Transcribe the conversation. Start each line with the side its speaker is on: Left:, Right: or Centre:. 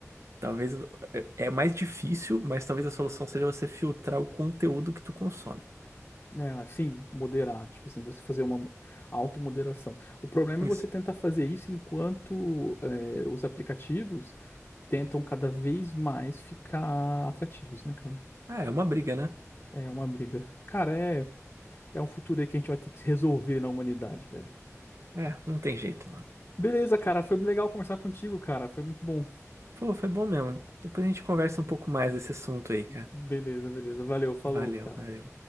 Right: Talvez é é mais difícil, mas talvez a solução seja você filtrar o conteúdo que tu consome.
Left: né sim, moderado, tipo assim, você fazer uma mo- automoderação. O problema
Right: Isso.
Left: é você tentar fazer isso enquanto é, os aplicativos tentam cada vez mais ficar atrativos, né, cara?
Right: Ah, é uma briga, né?
Left: É uma briga. Cara, é, é um futuro aí que a gente vai ter que resolver na humanidade, velho.
Right: É, não tem jeito, mano.
Left: Beleza, cara, foi legal conversar contigo, cara. Foi muito bom.
Right: Pô, foi bom mesmo. Depois a gente conversa um pouco mais desse assunto aí, cara.
Left: Beleza, beleza. Valeu, falou,
Right: Valeu,
Left: cara.
Right: valeu.